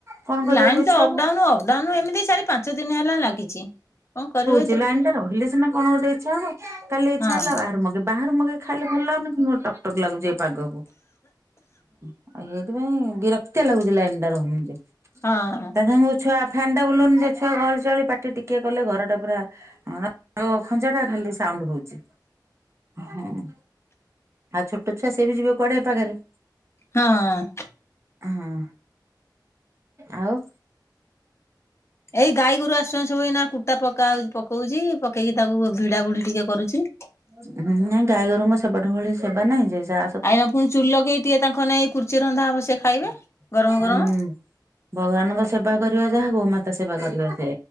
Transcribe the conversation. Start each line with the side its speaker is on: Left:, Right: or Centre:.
Right: କଣ କରିବାକୁ
Left: ଲାଇନ୍
Right: ଇଚ୍ଛା
Left: ତ ଅପଡାଉନୁ
Right: ହବ।
Left: ଅପଡାଉନୁ ଏମିତି ଚାରେ ପାଞ୍ଚ ଦିନ ହେଲା ଲାଗିଚି କଣ କରିବୁ ଏ
Right: ଯେ ଲାଇନ୍ ଟା ରହିଲେ ସିନା କଣ ଗୋଟେ ଇଚ୍ଛା ହବ କାଲି ଇଛା
Left: ହଁ
Right: ହେଲା ବାହାରୁ ମଗେ ବାହାରୁ ମଗେଇ ଖାଇଲେ ଭଲ ଲାଗୁନି କିନ୍ତୁ ଗୋଟେ ଟ ଟକ ଟକ ଲାଗୁଛି ଏ ପାଗକୁ ଅ ଆଉ ହେଇଥିପାଇଁ ବିରକ୍ତିଆ ଲାଗୁଛି ଲାଇନ୍ ଟା ରହୁନିଯେ।
Left: ହଁ।
Right: ତା ସାଙ୍ଗଙ୍କୁ ଛୁଆ ଫ୍ୟାନ୍ ଟା ବୁଲୁନି ଯେ ଛୁଆ ଗହଳି ଚହଳି ପାଟି ଟିକି କଲେ ଘର ଟା ପୁରା ଅ ଖଞ୍ଜା ଟା ଖାଲି ସାଉଣ୍ଡୁ ହଉଚି ହଁ। ଆଉ ଛୋଟ ଛୁଆ ସେ ବି ଯିବେ କୁଆଡେ ଏ ପାଗେରେ।
Left: ହଁ।
Right: ହଁ ଆଉ?
Left: ଏଇ ଗାଈ ଗୋରୁ ଆସୁଛନ୍ତି ସବୁ ଏଇନା କୁଟା ପକାଉଛି ପକଉଚି। ପକେଇକି ତାକୁ ଭିଡା ଭୁଡି ଟିକେ କରୁଛି।
Right: ହୁଁ ହୁଁ ନାଇଁ ଗାଈ ଗୋରୁଙ୍କ ସେବାଠୁ ଭଳି ସେବା ନାହିଁ ଯେ ସେଆ
Left: ଆ ଏଇନା ଫୁଣି ଚୁଲି ଲଗେଇ ଟିକେ ତାଙ୍କ ନାଗି କୁର୍ଚି ରନ୍ଧା ହବ ସେ ଖାଇବେ। ଗରମ
Right: ହୁଁ
Left: ଗରମ
Right: ଭଗବାନଙ୍କ ସେବା କରିବା ଯାହା ଗୋ ମାତା ସେବା କରିବା ସେ